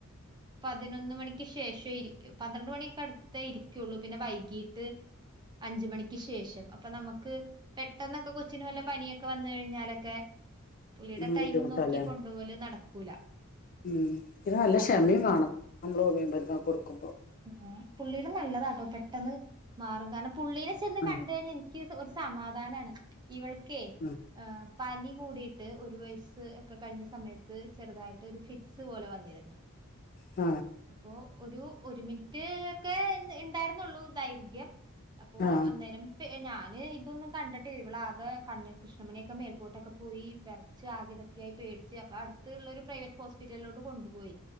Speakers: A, on the right (about 20°); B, on the left (about 40°).
A: പതിനൊന്ന് മണിക്ക് ശേഷംേ ഇരിക്കും പന്ത്രണ്ട് മണിയൊക്കെ അടുത്തേ ഇരിക്കുള്ളൂ പിന്നെ വൈകീട്ട് അഞ്ച മണിക്ക് ശേഷം അപ്പൊ നമുക്ക് പെട്ടെന്നൊക്കെ കൊച്ചിിനു വല്ല പനിയൊക്കെ വന്ന കഴിഞ്ഞാലൊക്കെ പുുള്ളിയുടെ
B: ഉം
A: ടൈം
B: ബുദ്ധിമുട്ടാല്ലേ
A: നോക്കി കൊണ്ടോല് നടക്കൂല
B: ഉം ഇത് നല്ല
A: അപ്പോ
B: ക്ഷമയും വേണം നമ്മള് ഓമ്യ മ രുന്ന കൊടു കുമ്പോ
A: ആ പുള്ളീടെ നല്ലതാട്ടോ പെട്ടെന്ന് മാറും കാണം പുള്ളീെ ചെന്ന്
B: ആ
A: കണ്ട കഴിഞ്ഞാ എനിക്ക് ഒരു സമാധാനണ് ഇവൾക്കെ
B: ആ
A: ആഹ് പനി കൂടിട്ട് ഒരു വയസ്സ് ഒക്കെ കഴിഞ്ഞ സമയത്ത് ചെറുതായിട്ട് ഒരു ഫിറ്റ്സ് പോലെ വന്നിരുന്നു
B: ആ
A: അപ്പോ ഒരു ഒരു മിറ്റ് ഒക്കെ ഉണ്ടായിരുന്നുള്ളൂ ദൈർഘ്യം അപ്പോൊ
B: ആ
A: അന്നേരം ഞാന് ഇതൊന്നും കണ്ടിട്ടി ഇവളാകെ കണ് കൃഷ്ണമണിയൊക്കെ മേൽപോട്ടൊക്കെ പോയി വെറച്ച് ആകെ ഇതാക്കെയായി പേടിച്ച് അപ്പാ അടുത്ത്‌ ള്ളോരു പ്രൈവറ്റ് ഹോസ്പിറ്റലോട്ട് കൊണ്ടുപോയി